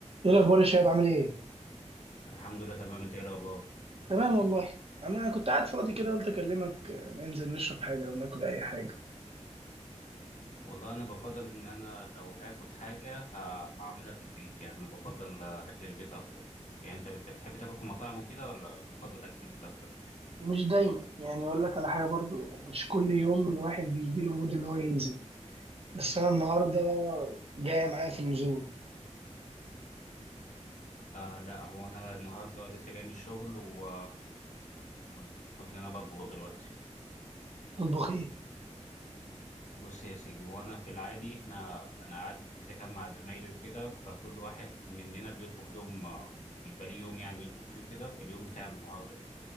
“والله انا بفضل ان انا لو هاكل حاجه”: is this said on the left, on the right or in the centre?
Left